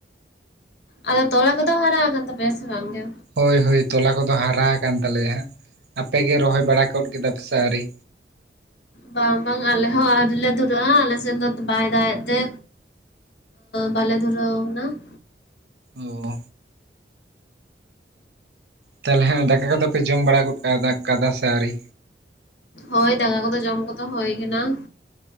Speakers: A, on the left; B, on the right.
A: ᱟᱫᱚ ᱛᱚᱞᱟ ᱠᱟ ᱫᱚ ᱦᱟᱨᱟᱼᱠᱟᱱ ᱛᱟᱯᱮ ᱥᱮ ᱵᱟᱝ ᱜᱮ?
B: ᱦᱳᱭ ᱦᱳᱭ ᱛᱚᱞᱟ ᱠᱚᱫᱚ ᱦᱟᱨᱟ ᱟᱠᱟᱱ ᱛᱟᱞᱮᱭᱟ ᱦᱟᱸᱜ ᱾ ᱟᱯᱮ ᱜᱮ ᱨᱚᱦᱚᱭ ᱵᱟᱲᱟ ᱜᱚᱫ ᱠᱮᱫᱟ ᱯᱮᱥᱮ ᱟᱹᱣᱨᱤ?
A: ᱵᱟᱝ ᱵᱟᱝ ᱟᱞᱮ ᱦᱚᱸ ᱟᱹᱣᱨᱤ ᱞᱮ ᱫᱷᱩᱨᱟᱹᱜᱼᱟ ᱟᱞᱮ ᱥᱮᱱ ᱫᱚ ᱵᱟᱭ ᱫᱟᱜ ᱮᱫ ᱛᱮ ᱵᱟᱞᱮ ᱫᱷᱩᱨᱟᱹᱣ ᱮᱱᱟ ᱾
B: ᱦᱚᱸ ᱛᱟᱦᱚᱞᱮ ᱦᱮᱸ ᱫᱟᱠᱟ ᱠᱚᱫᱚ ᱯᱮ ᱡᱚᱢ ᱵᱟᱲᱟ ᱜᱚᱫ ᱠᱟᱫᱟ ᱫᱟ ᱠᱟᱫᱟ ᱥᱮ ᱟᱹᱣᱨᱤ
A: ᱦᱳᱭ ᱫᱟᱠᱟ ᱠᱚᱫᱚ ᱡᱚᱢ ᱠᱚᱫᱚ ᱦᱳᱭ ᱠᱟᱱᱟ ᱾